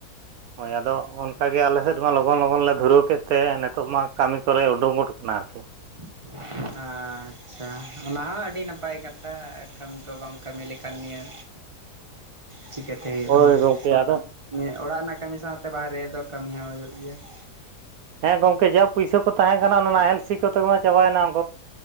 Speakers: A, on the right; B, on the right.
A: ᱦᱳᱭ ᱟᱫᱚ ᱚᱱᱠᱟᱜᱮ ᱟᱞᱮ ᱥᱮᱫ ᱢᱟ ᱞᱚᱜᱚᱱ ᱞᱚᱜᱚᱱ ᱞᱮ ᱫᱷᱩᱨᱟᱹᱣ ᱠᱮᱫ ᱛᱮ ᱱᱤᱛᱚᱜ ᱢᱟ ᱠᱟᱹᱢᱤ ᱠᱚᱞᱮ ᱩᱰᱩᱝ ᱜᱚᱫ ᱠᱟᱱᱟ ᱟᱨᱠᱤ ᱾
B: <unintelligible> ᱟᱪᱪᱷᱟ ᱚᱱᱟ ᱦᱚᱸ ᱟᱹᱰᱤ ᱱᱟᱯᱟᱭ ᱠᱟᱛᱷᱟ ᱠᱟᱹᱢᱤ ᱠᱚ ᱵᱟᱢ ᱠᱟᱹᱢᱤ ᱞᱮᱠᱷᱟᱱ ᱱᱤᱭᱟᱹ
A: <unintelligible>
B: ᱪᱤᱠᱟᱹᱛᱮ ᱦᱚᱭᱩᱜ-ᱟ
A: ᱦᱳᱭ
B: <unintelligible>
A: ᱜᱚᱢᱠᱮ ᱟᱫᱚ
B: ᱚᱲᱟᱜ ᱨᱮᱱᱟᱜ ᱠᱟᱹᱢᱤ ᱥᱟᱶᱛᱮ ᱵᱟᱦᱨᱮ ᱨᱮᱫᱚ ᱠᱟᱹᱢᱤ ᱦᱚᱸ ᱦᱩᱭᱩᱜ ᱜᱮᱭᱟ ᱾
A: ᱦᱮᱸ ᱜᱚᱝᱠᱮ ᱡᱟ ᱯᱩᱭᱥᱟᱹ ᱠᱚ ᱛᱟᱦᱮᱸ ᱠᱟᱱᱟ, ᱚᱱᱟ ᱱᱟᱦᱮᱞ ᱥᱤ ᱠᱚᱛᱮ ᱜᱮ ᱢᱟ ᱪᱟᱵᱟᱭᱮᱱᱟ ᱾